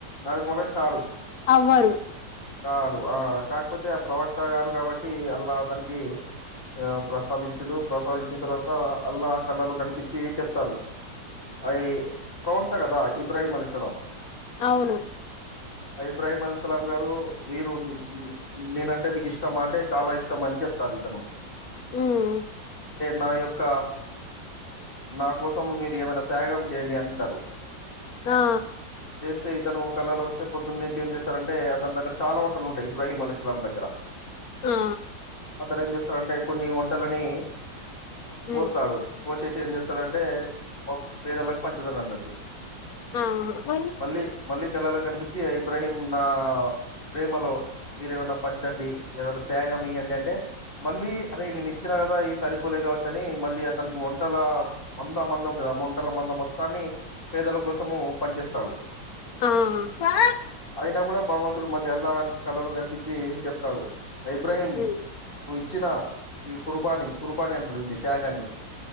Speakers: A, on the left; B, on the left.
A: నార్మల్ గా కారు
B: అవ్వరు
A: కారు ఆ కాకపోతే ప్రవక్త గారు కాబట్టి అల్లా అతనికి ఆ ప్రసాదించుడు ప్రసాదించిన తర్వాత అల్లా కళలు కనిపించి చెప్తారు ఆ ఇ ప్రవక్త కదా ఇబ్రహీం అలైసలాం
B: అవును
A: ఇబ్రాహీం అల్ సలాం గారు మీరు నేన అంటే మీకు ఇష్టం అంటే చాలా ఇష్టం అని చెప్తారు ఇతను
B: హమ్
A: మా యొక్క నా కోసం మీరు ఏమైనా త్యాగం చేయండి అంటారు
B: ఆ
A: చేస్తే ఇతను కళలో వస్తే పొద్దున్న లేచి ఏం చేస్తారంటే అతని దగ్గర చాలా ఉంటు ంటా ఇబహిం ఎలైసలమ్మ దగ్గర
B: ఆ
A: అతను ఏం చేస్తాడంటే కొన్ని వంటలని పోస్తాడు
B: ఉమ్
A: పోసేసి ఏం చేస్తాడంటే పేదళ్లకు పంచు తాడు అన్నట్టు
B: ఆ ఉమ్
A: మళ్ళీ మళ్ళీ కళలో కనిపి ఇబ్రాహీం నా ప్రేమలో మీరేమైనా పంచండి ఏదోన్నా త్యాగం మళ్ళీ అరే నే ను ఇచ్చిన కదా ఈ సరిపోలే కావచ్చని మళ్ళీ అతనికి వంటల మంద మంద ఉంటుది ఆ వంటల మంద మొత్తాన్ని పేదల కోసము పనిచేస్త
B: ఆహ్
A: అయినా కూడా భగవంతుడు మళ్ళీ ఎలా అ కలలో కనిపించి స్త ఇబ్రహీం
B: ఉమ్
A: నువ్వు ఇచ్చిన ఈ కుర్బానీ కుర్బానీ అంటారు విీన్ని త్యాగాన్ని